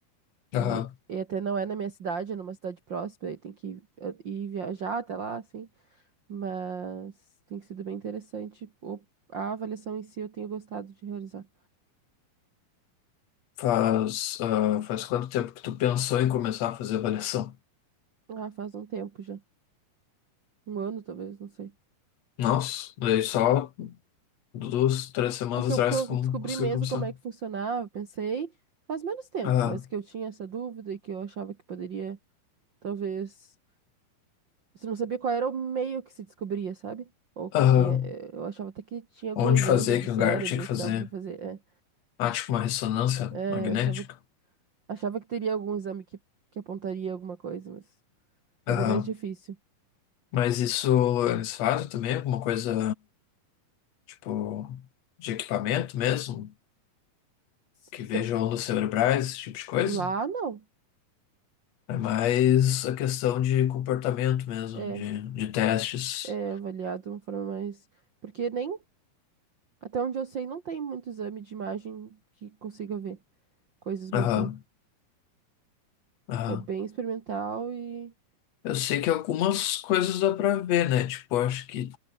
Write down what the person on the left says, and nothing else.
aham.
Faz, ah, faz quanto tempo que tu pensou em começar a fazer avaliação?
Nossa, daí só duas, três semanas
atrás
que eu
consegui
começar.
Ah,
ah,
onde
fazer,
que
lugar que tinha que fazer?
Ah, tipo uma ressonância
magnética.
Ah,
mas isso eles fazem também? Alguma coisa tipo de equipamento mesmo?
Que veja
ondas cerebrais, esse tipo de coisa?
É mais a questão de comportamento mesmo,
de, de testes.
Aham,
aham.
Eu sei que algumas coisas dá pra ver, né? Tipo, acho que